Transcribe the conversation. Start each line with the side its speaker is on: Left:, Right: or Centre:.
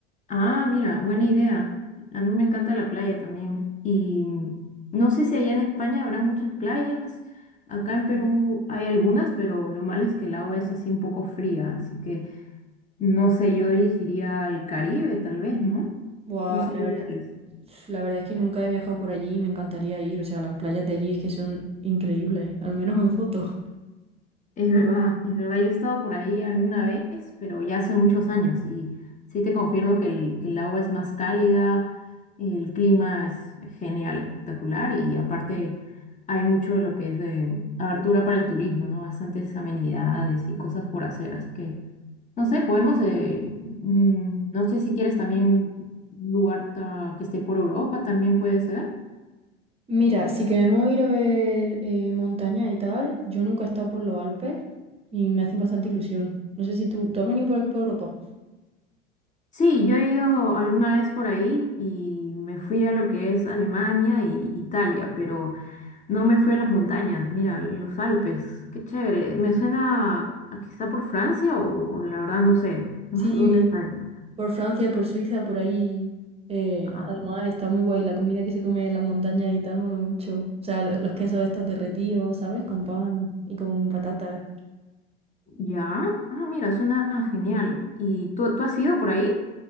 Left: Ah, mira, buena idea. A mí me encanta la playa también. Y no sé si allá en España habrá muchas playas. Acá en Perú hay algunas, pero lo malo es que el agua es así un poco fría. Así que no sé, yo elegiría el Caribe tal vez, ¿no?
Right: Buah,
Left: No sé
Right: la
Left: qué
Right: verdad,
Left: tú crees.
Right: la verdad es que nunca he viajado por allí y me encantaría ir. O sea, las playas de allí es que son increíbles, al menos en fotos.
Left: Es verdad, es verdad. Yo he estado por ahí alguna vez, pero ya hace muchos años y sí te confirmo que el, que el agua es más cálida, el clima es genial, espectacular y aparte hay mucho de lo que es de abertura para el turismo, ¿no? Bastantes amenidades y cosas por hacer, así que no sé, podemos, eh, mm, no sé si quieres también un lugar ta- que esté por Europa, también puede ser.
Right: Mira, si queremos ir a ver eh, montañas y tal, yo nunca he estado por los Alpes y me hacen bastante ilusión. No sé si tú, ¿tú has venido por aquí, por Europa?
Left: Sí, yo he ido alguna vez por ahí y me fui a lo que es Alemania e Italia, pero no me fui a las montañas, mira, los Alpes, qué chévere. Me suena a que está por Francia o la verdad no sé <laughs>
Right: Sí,
Left: dónde está eso.
Right: por Francia, por Suiza, por ahí. eh,
Left: Ajá.
Right: además, está muy guay la comida que se come en las montañas y tal, mola mucho. O sea, lo- los quesos estos derretidos, ¿sabes? Con pan y con patatas.
Left: Ya, ah, mira, suena genial. ¿Y tú, tú has ido por ahí?